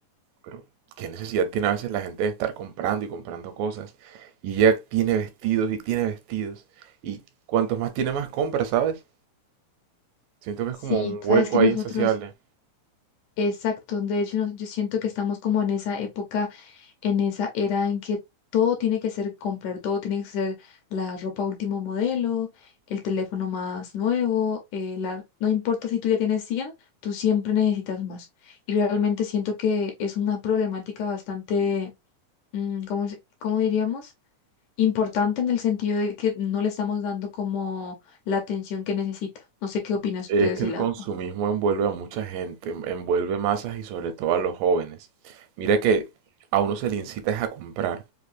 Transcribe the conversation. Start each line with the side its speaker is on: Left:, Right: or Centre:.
Right: pero ¿qué necesidad tiene a veces la gente de estar comprando y comprando cosas? Y ella tiene vestidos y tiene vestidos. Y cuantos más tiene más compra, ¿sabes? Siento que
Left: Sí,
Right: es como un hueco
Left: sabes que nosotros,
Right: ahí Ay, insaciable.
Left: exacto, de hecho nos- yo siento que estamos como en esa época, en esa era en que todo tiene que ser comprar, todo tiene que ser la ropa último modelo, el teléfono más nuevo, eh, la, no importa si tú ya tienes cien tú siempre necesitas más. Y realmente siento que es una problemática bastante, mm, ¿cómo, se- cómo diríamos? Importante en el sentido de que no le estamos dando como la atención que necesita. No sé qué opinas
Right: Es
Left: tú de ese
Right: que el
Left: lado.
Right: consumismo envuelve a mucha gente, en- envuelve masas y sobre todo a los jóvenes. Mira que a uno se le incita es a comprar,